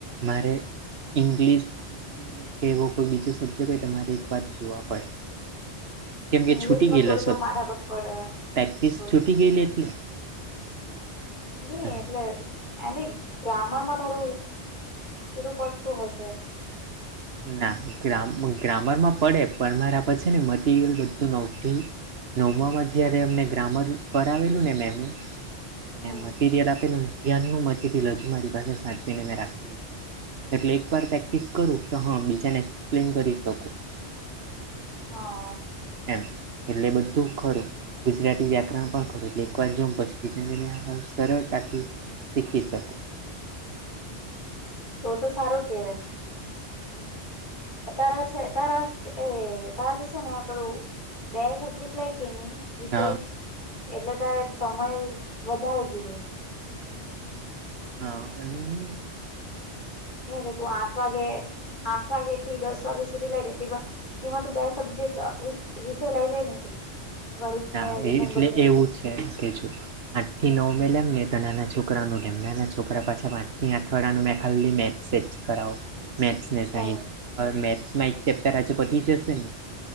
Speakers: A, on the right (about 65°); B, on the left (about 45°).
A: મારે ઇંગ્લિશ કે એવો કોઈ બીજો સબ્જેક્ટ હોય તમારે એક વાર જોવા પડે. કેમ કે
B: ઈંગ્લિશમાં
A: છુટી ગયલ
B: થોડી
A: સબ
B: તો માથાકૂટ પડે
A: પ્રેક્ટિસ
B: થોડું
A: છુટી ગયલી એટલે.
B: નઈ
A: એમ.
B: એટલે એમ ગ્રામર માં થોડું પેલું પડતું હશે.
A: ના ગ ગ્રામર માં પડે પણ મારા પર છે ને મટીરિયલ બધું નતી નવમામાં જયારે અમને ગ્રામર કરાવેલું ને મેમે એ ને
B: હમ
A: મટીરિયલ આપેલું ત્યાન નુ મ <unintelligible> ટીરીયલ મારી પાસે સાચવીને મેં રાખેલું છે એટલે એક વાર પ્રેક્ટિસ કરું તો હા બીજાને એક્સપ્લેન કરી શકો.
B: હા.
A: એમ એટલે બધું ખરું. ગુજરાતી વ્યાકરણ પણ ખરૂ એક વાર જોમ પછી બીજાને મેં આ સરળતાથી શીખી શકો.
B: તો તો સારો કેવાય.
A: હા.
B: તારા છે તારા એ તારા થશે ને પેલુ બે સબ્જેક્ટ લઈ કે ની વિષય
A: હા
B: એટલે તારે સમય વધારે જુએ
A: હા અને
B: નઈ ને તું આઠ વાગે આઠ વાગે થી દસ વાગે સુધી લઈ લેતી પણ તેમાં તો બે સબ્જેક્ટ વિષય લઈ લેને તું ગણિત
A: ના
B: ને વિજ્ઞાન
A: એ એટલે
B: બંને
A: એવું છે કે જૂનું આઠ થી નવ મેં લેવુ ને તો નાના છોકરા નું લેવ નાના છોકરા પાછા પાંચ થી આઠ વાળા નું મેં ખાલી મે છે જ કરવો મેથ્સ ને સાયન્સ
B: ગણિત
A: હવે મેથ્સમાં એક ચેપ્ટર આજે પતિ જશે ને